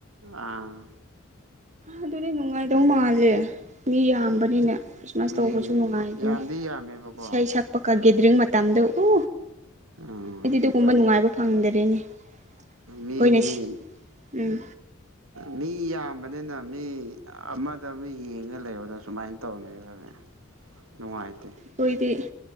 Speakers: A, on the right (about 75°); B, on the right (about 35°).
A: ꯑꯥ
B: ꯑꯗꯨꯗꯤ ꯅꯨꯡꯉꯥꯏꯗꯧ ꯃꯥꯜꯂꯦ ꯃꯤ ꯌꯥꯝꯕꯅꯤꯅꯦ ꯈ꯭ꯔꯤꯁꯃꯥꯁ
A: ꯃꯤ
B: ꯇꯧꯕꯁꯨ ꯅꯨꯡꯉꯥꯏꯕꯅꯤ
A: ꯌꯥꯝꯗꯤ ꯌꯥꯝꯃꯦꯕꯀꯣ
B: ꯏꯁꯩ ꯁꯛꯄꯒ ꯒꯦꯗꯔꯤꯡ ꯃꯇꯝꯗ ꯎ
A: ꯎꯝ
B: ꯑꯩꯗꯤ ꯑꯗꯨꯒꯨꯝꯕ
A: ꯑꯗ
B: ꯅꯨꯡꯉꯥꯏꯕ ꯐꯪꯗꯔꯤꯅꯦ ꯑꯩꯈꯣꯏꯅ
A: ꯃꯤꯗꯤ
B: ꯁꯤ ꯎꯝ
A: ꯃꯤ ꯌꯥꯝꯕꯅꯤꯅ ꯃꯤ ꯑꯃꯗ ꯑꯃ ꯌꯦꯡꯉ ꯂꯩꯕꯗ ꯁꯨꯃꯥꯏꯅ ꯇꯧꯅꯩꯕ ꯅꯨꯡꯉꯥꯏꯇꯦ
B: ꯑꯩꯈꯣꯏꯗꯤ